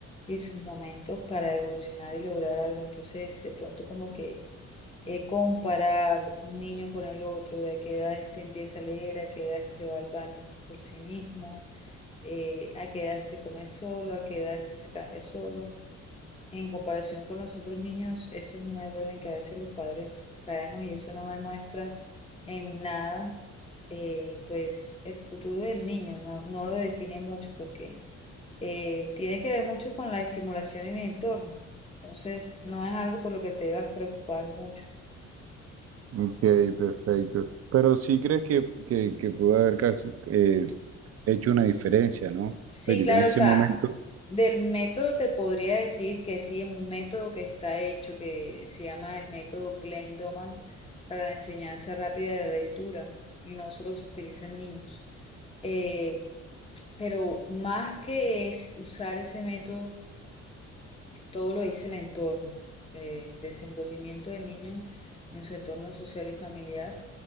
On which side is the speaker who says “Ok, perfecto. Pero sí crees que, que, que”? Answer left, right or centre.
Right